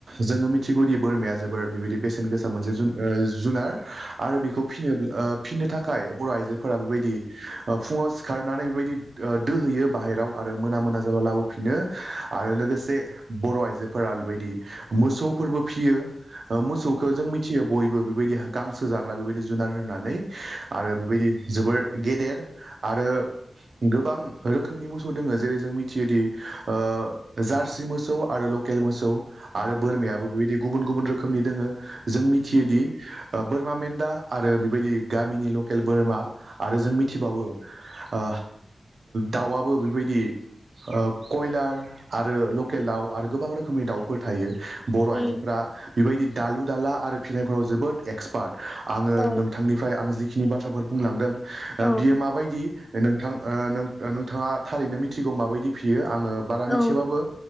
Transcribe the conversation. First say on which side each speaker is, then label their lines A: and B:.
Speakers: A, on the right; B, on the left.
A: जोङो मिथिगौदि बोरमाया जोबोर बेबायदि बेसेन गोसा मोनसे जु -जुनार आरो बेखौ फिनो -फिनोथाखाय बर' आइजोफोरा बेबायदि ओ फुङाव सिखारनानै बेबायदि ओ दोहैयो। बाहेराव आरो मोना -मोना जाबा लाबोफिनो आरो लोगोसे बर' <unintelligible> <unintelligible> बेबायदि मोसौफोरबो फियो ।ओ मोसौखौ जों मिथियो। बयबो बेबायदि गांसो जाग्रा बेबायदि जुनार होनानै आरो बेबायदि जोबोर गेदेर आरो गोबां रोखोमनि मोसौ दोङ जेरै- जों मि <unintelligible> ओ जारसि मोसौ आरो लकेल मोसौ आरो बोरमायाबो बेबायदि गुबुन -गुबुन रोखोमनि दोङो जों मिथियोदि ओ बोरमाा मेन्दा आरो बेबायदि गामिनि ल'केल बोरमा आरो जों मिथिबावो ओ दाउआबो बेबायदि ओ क'यलार आरो लकेल दाउ आरो गोबां रोखोमनि दाउफोर थायो बर'
B: उम
A: आइजोफोरा बेबायदि दालु-दाला आरो फिसिनायफोराव जोबोद एक्सपार्ट आङो
B: औ
A: नोंथांनिफ्राय आं जि <unintelligible> बाथ्राफोर बुंलांदों
B: औ
A: बियो माबायदि? नोंथां, ओ नों- नोंथाङा थारैनो मिथिगौ मा बायदि फियो? आङो बारा
B: औ
A: मिथियाबाबो